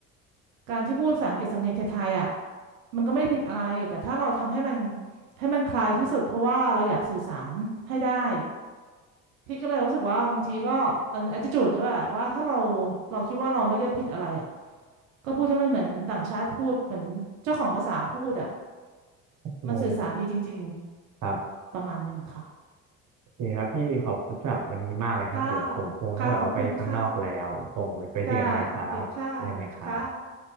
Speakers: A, on the right (about 80°); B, on the right (about 50°).
A: การที่พูดภาษาอังกฤษสำเนียงไทยๆอ่ะมันก็ไม่ผิดอะไรแต่ถ้าเราทำให้มันให้มันคลายที่สุดเพราะว่าเราอยากสื่อสารให้ได้ พี่ก็เลยรู้สึกว่าบางทีก็อัน attitude ด้วยว่าว่าถ้าเราเราคิดว่าเราไม่ได้ผิดอะไรอ่ะก็พูดให้มันเหมือนต่างชาติพูดเหมือนเจ้าของภาษาพูดอ่ะ
B: ใช่ครับ
A: มันสื่อสารดีจริง
B: ครับ
A: ๆประมาณหนึ่งค่ะ
B: โอเคครับพี่ขอบคุณสำหรับวันนี้มากเลยครับเดี๋ยวผมคงต้องแบบว่าไปข้างนอกแล้วคงไปเจอกันใหม่ครับเจอกันใหม่ครับ
A: ค่ะค่ะขอบคุณค่ะค่ะโอเคค่ะค่ะ